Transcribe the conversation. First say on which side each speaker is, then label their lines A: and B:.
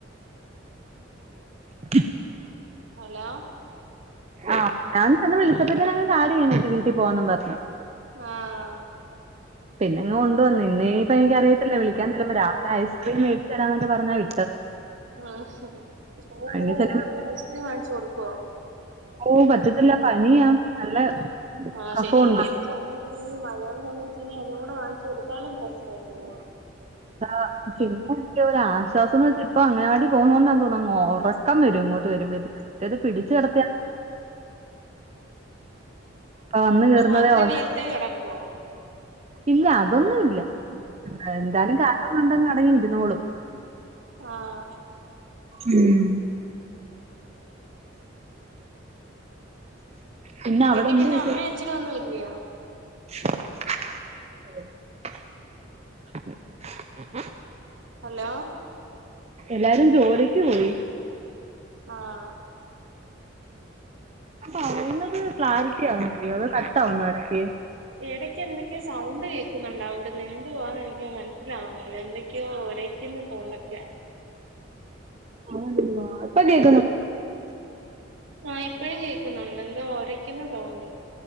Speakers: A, on the right; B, on the right.
A: ഠിക്
B: ഹലോ
A: ആ, ഞാൻ ചെന്ന് വിളിച്ചപ്പത്തേന് അങ്ങ് ചാടി വീണ് വീട്ടി പോവാന്നും പറ്ണ്.
B: ആഹ്.
A: പിന്നെ ഇങ്ങ് കൊണ്ടുവന്ന്, ഇന്നീപ്പ എനിക്കറിയത്തില്ല വിളിക്കാൻ ചെല്ലുമ്പോ രാവിലെ ഐസ്ക്രീം മേടിച്ച്തരാന്നൊക്ക പറഞ്ഞാ വി
B: ആഹ്, ഹ ഹ ഇന്നലെ
A: അതിന് ചെല്ലുമ്പോ
B: വൈകീട്ട് ഐസ്ക്രീം വാങ്ങിച്ചു കൊടുതൊ?
A: ഓം പറ്റത്തില്ല പനിയാ. നല്ല
B: ആഹ്,
A: കഫവുണ്ട്
B: ശരി ഇയ്യേത് പനി വെച്ച് ഈ മഴയുള്ള സമയത്ത് ഇനി അതുംകൂടെ വാങ്ങിച്ച് കൊടുത്താലും പ്രശ്നല്ലേ.
A: ആഹ്, പിന്നെ എനിക്കൊരാശ്വാസം ന്ന് വെച്ച ഇപ്പൊ അംഗനവാടി പോകുന്നോണ്ടാന്ന് തോൻന്നു അങ്ങ് ഒറ ക്കം വരും ഇങ്ങോട്ട് വെരുമ്പത്തേനും മറ്റേത് പിടിച്ച് കടത്തിയാൽ ഇപ്പ വന്ന്
B: ഇപ്പൊ
A: കേറുന്നതേ
B: രാത്രി
A: ഒറങ്ങ
B: നേരത്തേ കെടക്കുവോ?
A: ഇല്ല അതൊന്നുല്ല. എന്തായാലും കാർട്ടൂൺ കണ്ടങ്ങ് അടങ്ങി ഇരുന്നോളും.
B: ആഹ്
A: ഉം. പിന്നെ
B: വീട്ടി
A: അവിടെ എന്ത്
B: പിന്നെ
A: വിശേഷം
B: അമ്മേം അച്ഛനൊന്നും ഇല്ലിയാ.
A: <unintelligible>
B: ഹലോ
A: എല്ലാരും ജോലിക്ക് പോയി.
B: ആഹ്‌.
A: പറയുന്നത് ക്ലാരിറ്റി ആവ്ന്നില്ലേ? അത് കട്ടാവുന്നു എടക്ക്.
B: എടക്ക് എന്തക്കേ സൗണ്ട് കേക്കുന്നുണ്ട് അവ്ട്ന്ന് ന്തുവാ എനിക്ക് മനസ്സിലാവുന്നില്ല എന്തൊക്യോ ഒര <unintelligible>
A: <unintelligible> ഇപ്പൊ കേക്ക്ന്നുണ്ടോ?
B: ആഹ്, ഇപ്പഴും കേക്ക്ന്നുണ്ട് ന്തോ ഒരയ്ക്കുന്ന സൗണ്ട്.